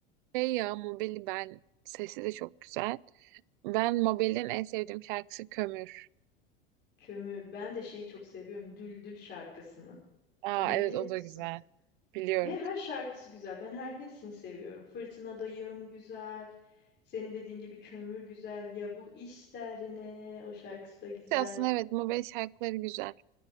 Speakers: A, on the right (about 60°); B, on the left (about 35°).
A: Şey ya Mabel'i ben sesi de çok güzel. Ben Mabel'in en sevdiğim şarkısı Kömür.
B: Kömür. Ben de şeyi çok seviyorum. Düldül şarkısını.
A: Aa
B: Onu
A: evet
B: biliyor
A: o
B: musun?
A: da güzel. Biliyorum.
B: He, her şarkısı güzel. Ben her hepsini seviyorum. Fırtınadayım güzel. Senin dediğin gibi kömür güzel. Ya bu iş derine o şarkısı da güzel.
A: Şey Aslında evet mobil şarkıları güzel.